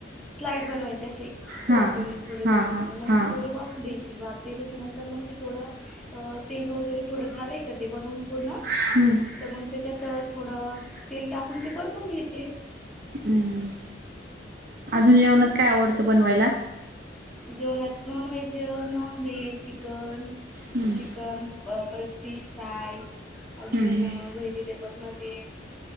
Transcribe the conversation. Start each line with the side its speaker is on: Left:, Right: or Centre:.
Centre: स्लाइड बनवायचे असे चौकनी
Right: हा
Centre: थोडे
Right: हा
Centre: थोडे
Right: हा
Centre: मग
Right: हा
Centre: ते थोडे वाफू द्यायचे वाफ दिल्याच्या नंतर मग ते थोडं तेल वगैरे थोडं झालंय का ते बनऊन? पूर्ण
Right: हम्म
Centre: तर मग त्याच्यात थोडं तेल टाकून ते परतून घ्यायचे
Right: हम्म अजून जेवणात काय आवडतं बनवायला?
Centre: जेवणात non veg non veg chicken
Right: hmm
Centre: chicken परत फिश फ्राय अजून
Right: हम्म
Centre: व्हेजिटेबल मध्ये